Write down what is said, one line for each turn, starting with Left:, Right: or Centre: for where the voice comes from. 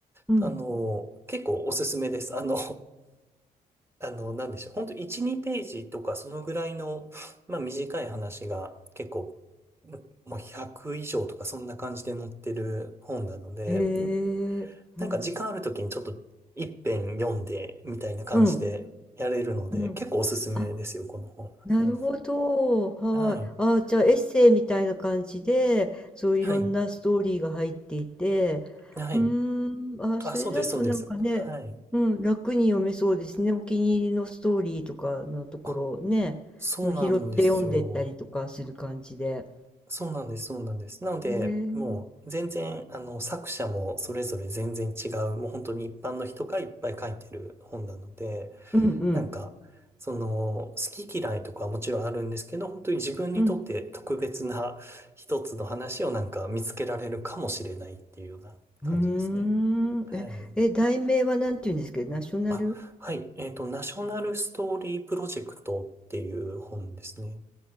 Centre: うん。
Right: あの、結構おすすめです。あの、あの、なんでしょう。ほんと1、2ページとかそのぐらいの、まあ短い話が結構、んもう100以上とかそんな感じで載ってる本なので、
Centre: へえ、
Right: ん
Centre: うん、
Right: なんか時間ある時にちょっと一遍読んでみたいな感じでやれるので、
Centre: うん、うん。
Right: 結構おすすめですよ、
Centre: あ、
Right: この本。はい。
Centre: なるほど、はい。
Right: はい。
Centre: あ、じゃあエッセイみたいな感じで、そういろんなストーリーが入っていて、
Right: はい。はい。
Centre: うーん、あ、
Right: あ、
Centre: それだとなんかね、
Right: そうです、そうです。はい。
Centre: うん、楽に読めそうですね。お気に入りのストーリーとかのところをね、
Right: あ、そうなんですよ。
Centre: うん、拾って読んでったりとかする感じで。
Right: そうなんです、そうなんです。なので、
Centre: へえ、うん
Right: もう全然、あの、作者もそれぞれ全然違う、もう本当に一般の人がいっぱい書いてる本なので、
Centre: うん
Right: なんか、その、好き嫌いとかはもちろんあるんですけど、本当に自分にとって特別な一つの話をなんか見つけられるかもしれないっていうような感じですね。
Centre: うん。うーん。
Right: はい。
Centre: え、え、題名はなんて言うんですけど、ナショナル
Right: あ、はい。えっと、ナショナルストーリープロジェクトっていう本ですね。